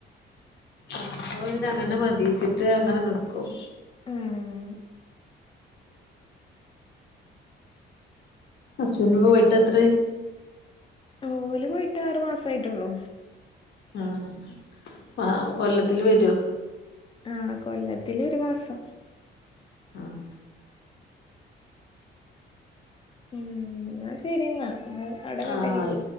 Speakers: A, on the left; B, on the left.
A: ആഹ് അപ്പങ്ങനെ മതിച്ചിട്ട് അങ്ങനെ നിക്കും
B: ഉം
A: ഹസ്ബന്റ് പോയിട്ട് എത്രായി?
B: ഓല് പോയിട്ട് ആറ് മാസായിട്ടുള്ളൂ
A: ആഹ് മാ കൊല്ലത്തിൽ വരോ
B: ആഹ് കൊല്ലത്തില് ഒരു മാസം
A: ആഹ്
B: ഉം ന്ന ശരിന്നാ ങ്ങള് അവിടെ
A: ആ
B: കട്ടാക്കിക്കോ
A: ആയി